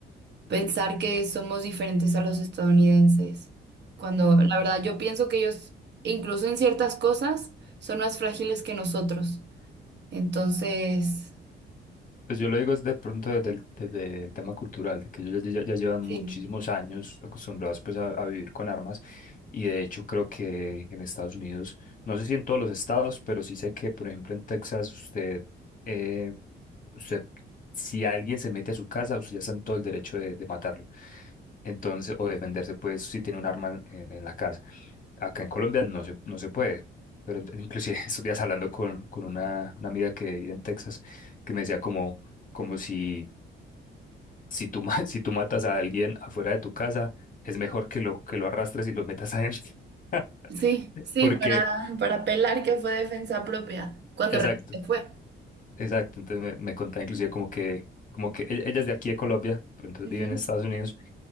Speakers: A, on the right; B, on the left.
A: pensar que somos diferentes a los estadounidenses, cuando la verdad yo pienso que ellos, incluso en ciertas cosas, son más frágiles que nosotros. Entonces,
B: Pues yo lo digo es de pronto desde el, desde el tema cultural, de que ellos ya, ya- ya llevan
A: sí.
B: muchísimos años acostumbrados pues a, a vivir con armas y de hecho creo que en Estados Unidos, no sé si en todos los estados, pero sí sé que por ejemplo en Texas usted, eh, usted si alguien se mete a su casa, usted ya está en todo el derecho de, de matarlo. Entonces, o defenderse pues si tiene un arma en, en la casa. Acá en Colombia no se, no se puede. Pero en- inclusive <laughs> estos días hablando con, con una, una amiga que vive en Texas, que me decía como como si, si tú, ma- <laughs> si tú matas a alguien afuera de tu casa, es mejor que lo, que lo arrastres y lo metas adentro. <laughs>
A: Sí, sí,
B: Porque,
A: para, para apelar que fue defensa propia, cuando
B: exacto,
A: realmente fue.
B: exacto. Entonces me, me contaba inclusive como que, como que e- ella es de aquí de Colombia, pero entonces
A: Ujú,
B: vive en Estados Unidos.